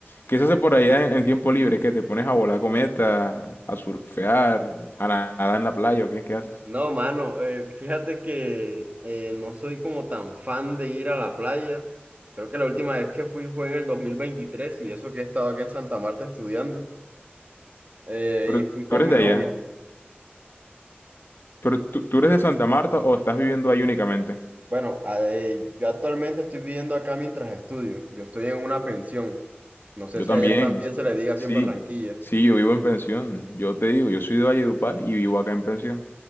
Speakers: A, on the left; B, on the right.
A: ¿Qué se hace por allá en, en tiempo libre? ¿Que te pones a volar cometas, a surfear, a nadar en la playa o qué, qué haces?
B: No, mano, eh, fíjate que eh, no soy como tan fan de ir a la playa. Creo que la última vez que fui fue en el 2023 y eso que he estado aquí en Santa Marta estudiando. eh,
A: Pero
B: y fui con
A: tú eres
B: mi
A: de
B: novia.
A: allá. ¿Pero tú, tú eres de Santa Marta o estás viviendo ahí únicamente?
B: Bueno, a- eh, yo actualmente estoy viviendo acá mientras estudio. Yo estoy en una pensión. No sé
A: Yo
B: si
A: también.
B: allá también se le diga así
A: Sí,
B: en Barranquilla.
A: sí, yo vivo en pensión. Yo te digo, yo soy de Valledupar y vivo acá en pensión.